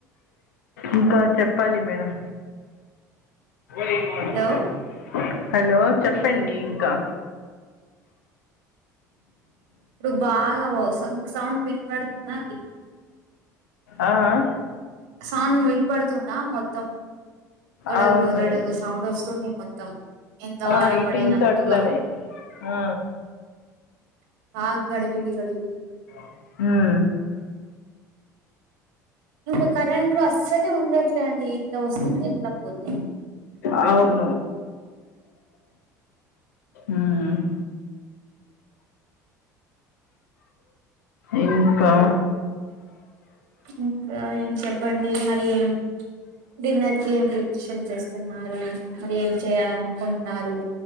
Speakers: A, on the left; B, on the right.
A: ఇంకా చెప్పాలి మేడం <inaudible>
B: హలో
A: హలో చెప్పండి ఇంకా
B: ఇప్పుడు బాగా సౌం వినిపడుతుందా అండి
A: ఆ ఆ
B: సౌండ్ వినపడుతుందా మొత్తం గడ
A: ఆ, అవును
B: గడ సౌండ్ వస్తుంది మొత్తం ఎంత
A: ఆ,
B: వాన
A: ఇటు
B: పడినట్టగా
A: ఇంకా అట్లనే ఆ,
B: ఆ గడిబిడి గడిబిడి
A: ఆ
B: ఇంకా కరెంట్ అస్సలే ఉండట్లే అండి ఇట్లా వస్తుంది ఇట్లా పోతుంది
A: అవును యేంగాన్ ఇంకా
B: ఇంకా ఏం చెప్పండి మరి ఏం డిన్నర్ కి ఏం ప్రిపరేషన్ చేస్తున్నారు మరి ఏం చేయాలనుకుంటున్నారు